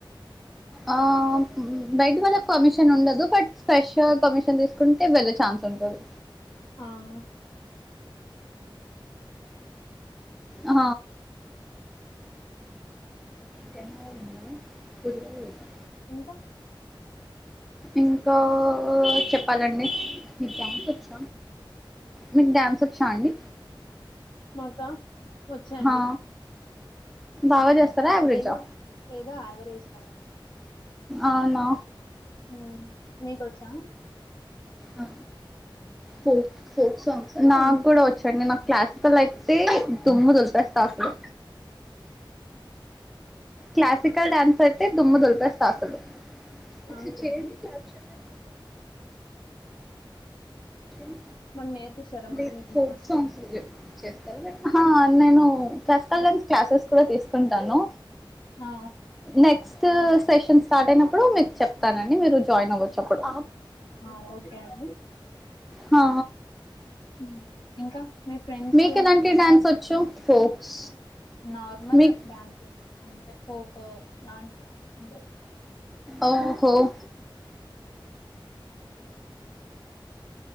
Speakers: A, in the centre; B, on the left.
A: ఆ బయటి వాళ్ళక్ పమిషన్ ఉండదు బట్ స్పెషల్ పమిషన్ తీసుకుంటే వెళ్ళే ఛాన్స్ ఉంటు తది
B: అవును
A: ఆ జంగా నిన్నను కురువల వ
B: ఇంకా
A: ఇంకా చెప్పాలండి మీకు డాన్ చ్చ మీకు డ్యాన్స్ వచ్చా అండి
B: ఇంకా వచ్చండి
A: హా బాగా చేస్తారా యావరేజా
B: ఏదో ఏదోవరేజ్ కా
A: అవునా
B: ఉమ్ మీకొచ్చా
A: ఆ ఫోక్ ఫోక్ సాంగ్స్ నాకు కూడా వచ్చండి నాకు క్లాసికల్ అయితే దుమ్ము దులిపేస్తా అసలు క్లాసికల్ డ్యాన్స్ అయితే దుమ్ము దులిపేస్తా అసలు ఒకసారి
B: అనుకోను
A: చేయండి క్లా ఒకసారి <unintelligible>
B: మాకు నేర్పిస్తారా
A: లేదు
B: మరి మీకు
A: ఫోక్
B: వస్తే
A: సాంగ్స్ <unintelligible> హా నేను క్లాసికల్ డాన్స్ క్లాసెస్ కూడా తీసుకుంటు నాను
B: ఆ
A: నెక్స్ట్ నెక్స్ట్ సెషన్ స్టార్ట్ అయినప్పుడు మీకు చెప్తానండి మీరు జాయిన్ అవ్వచ్చుప్పుడు
B: ఆ ఓకే అండి
A: హా
B: ఉమ్ ఇంకా మీ ఫ్రెండ్స్
A: మీకు ఎలాంటి డ్యాన్స్ ఒచ్చు ఫోక్స్
B: నార్మల్
A: మీకు
B: డాన్సెస్ అంటే ఫోక్ లాంటివి అంటే
A: ఓహో <inaudible>